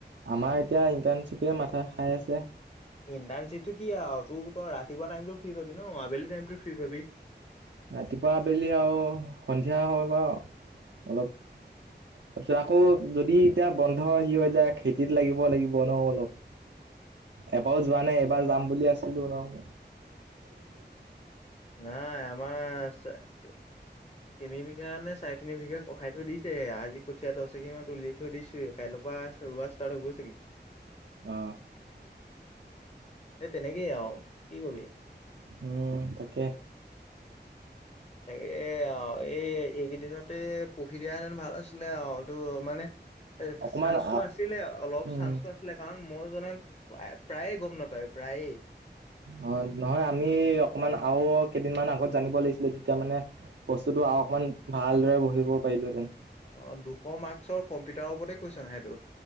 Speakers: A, on the right; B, on the left.
A: আমাৰ এতিয়া ইন্টাৰ্ণশ্বিপে মাথা খাই আছে।
B: ইণ্টাৰ্ণশ্বিপটো কি আৰু তই ৰাতিপুৱা টাইমতটো ফ্ৰী পাবি ন'? আবেলি টাইমতটো ফ্ৰী পাবি।
A: ৰাতিপুৱা আবেলি আও সন্ধিয়া হয় বাৰু অলপ। তাৰপিছত আকৌ যদি এতিয়া বন্ধ সি হৈ যাই, খেতিত লাগিব লাগিব ন' অলপ।
B: <inaudible>
A: এবাৰও যোৱা নাই এবাৰ যাম বুলি আছিলো অলপ
B: নাই আমাৰ তিনি বিঘা নে চাৰে তিনি বিঘা কখাই থৈ দিছে আজি কঠীয়া দহ এঘি মান তুলি থৈ দিছো কাইলৈ ৰোৱা ষ্টাৰ্ট হ'বই ছাগে
A: অহ
B: সেই তেনেকেই আহ কি কবি
A: উম তাকে
B: তাকে আৰু এই এইকেইদিনতে পঢ়ি দিয়াহেতেন ভাল আছিলে আহ তো মানে
A: অকমান
B: চান্সটো
A: আ
B: আছিলে অলপ
A: উম
B: চান্সটো আছিলে কাৰণ মই জনাত প্ৰায় প্ৰায়ে গম নাপায় প্ৰায়ে
A: অ নহয় আমি অকণমান আৰু কেইদিনমান আগত জানিব লাগিছিলে তেতিয়া মানে বস্তুতটো
B: অ
A: আওকণমান ভালদৰে বহিব পাৰিলোঁহেঁতেন
B: অ দুশ মাৰ্কচৰ কম্পিউটাৰৰ ওপৰতে কুইছন আহে তোৰ